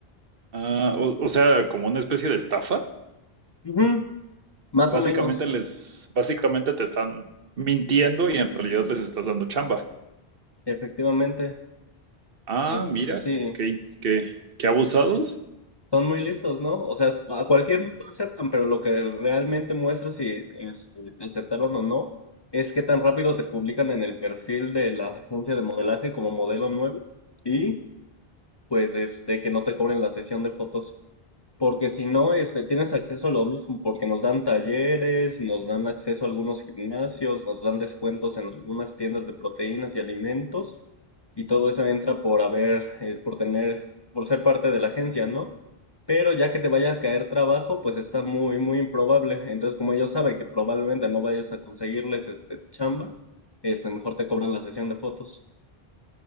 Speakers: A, on the right (about 65°); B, on the left (about 35°).
A: Ah, o, o sea, como una especie de estafa.
B: Ujú, Más
A: Básicamente
B: o menos,
A: les, básicamente te están mintiendo y en realidad les estás dando chamba.
B: efectivamente.
A: Ah,
B: Eh,
A: mira,
B: sí,
A: qué, qué, qué abusados.
B: sí. Son muy listos, ¿no? O sea, a cualquier mundo aceptan, pero lo que realmente muestra si este, te aceptaron o no es qué tan rápido te publican en el perfil de la agencia de modelaje como modelo nuevo y pues este, que no te cobren la sesión de fotos. Porque si no, este, tienes acceso a lo mismo, porque nos dan talleres, nos dan acceso a algunos gimnasios, nos dan descuentos en algunas tiendas de proteínas y alimentos, y todo eso entra por haber, eh, por tener, por ser parte de la agencia, ¿no? Pero ya que te vaya a caer trabajo, pues está muy, muy improbable. Entonces, como ellos saben que probablemente no vayas a conseguirles este chamba, este, mejor te cobran la sesión de fotos.